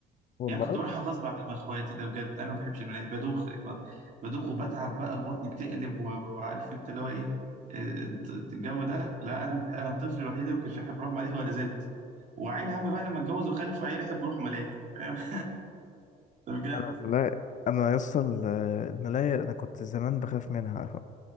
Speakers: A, on the left; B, on the right.
A: والله
B: يعني كنت بروحها غصب عن اخواتي ده بجد انا ما بحبش الملاهي بدوخ يعني بدوخ وبتعب بقى بطني بتقلب وعارف انت اللي هو ايه الت- الجو ده لا انا بح- انا الطفل الوحيد اللي ما كنتش بحب اروح ملاهي ولا زلت وعيل هم بقى لما اتجوز وخلف وعيل يحب يروح ملاهي فاهم <laughs> ده بجد
A: انا الملاهي انا يا اسطى ال- الملاهي انا كنت زمان بخاف منها